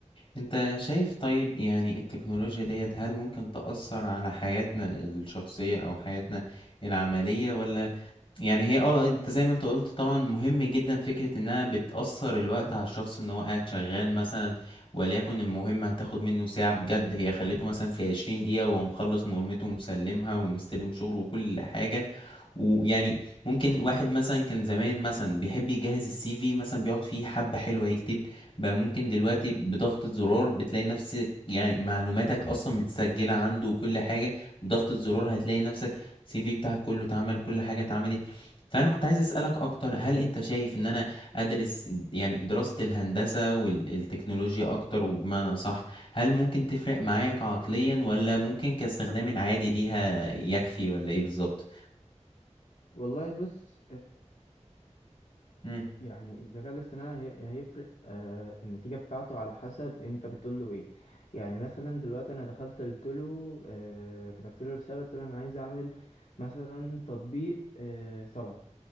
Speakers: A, on the left (about 45°); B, on the left (about 80°).
A: انت شايف طيب يعني التكنولوجيا ديت هل ممكن تأثر على حياتنا الشخصية او حياتنا العملية ولا يعني هي اه انت زي ما انت قلت طبعا مهم جدا فكرة انها بتأثر الوقت على الشخص ان هو قاعد شغال مثلا وليكن المهمة هتاخد منه ساعة بجد هي خليته مثلا في عشرين دقيقة وهو مخلص مهمته ومسلمها ومستلم شغله وكل حاجة ويعني ممكن واحد مثلا كان زمان مثلا بيحب يجهز السي في مثلا بيقعد فيه حبة حلوة يكتب بقى ممكن دلوقتي بضغطة زرار بتلاقي نفسك يعني معلوماتك أصلا متسجلة عنده وكل حاجة بضغطة زرار هتلاقي نفسك السي في بتاعك كله اتعمل كل حاجة اتعملت فأنا كنت عايز أسألك أكتر هل أنت شايف إن أنا أدرس يعني دراسة الهندسة والتكنولوجيا أكتر وبمعنى صح هل ممكن تفرق معايا كعقليا ولا ممكن كاستخدام العادي ليها يكفي ولا إيه بالظبط؟
B: والله بص
A: مم.
B: يعني الذكاء الاصطناعي هي- هيفرق آه النتيجة بتاعته على حسب انت بتقول له ايه يعني مثلا دلوقتي انا دخلت قلت له آه كتبت له رسالة قلت له انا عايز اعمل مثلا تطبيق آه صلاة